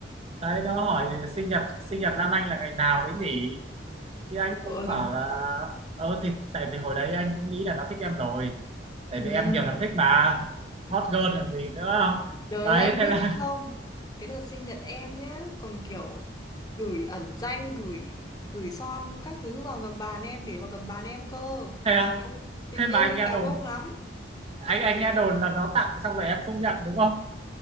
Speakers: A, on the right (about 30°); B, on the left (about 20°).
A: đấy nó hỏi sinh nhật sinh nhật Lan Anh là ngày nào đấy nhỉ thì anh cũng
B: Ôi.
A: bảo là ờ thì tại vì hồi đấy anh cũng nghĩ là nó thích em rồi tại
B: Ừ.
A: vì em nhiều thằng thích mà hot girl làm gì nữa
B: Trời
A: đấy
B: ơi anh
A: thế
B: biết
A: là
B: không? Cái đợt sinh nhật em nhá, còn kiểu gửi ẩn danh, gửi gửi son các thứ vào gầm bàn em để vào gầm bàn em cơ.
A: thế
B: Em ơi, tình
A: thế mà
B: yêu
A: anh nghe
B: gà
A: đồn
B: bông lắm.
A: anh anh nghe đồn là nó tặng xong rồi em không nhận đúng không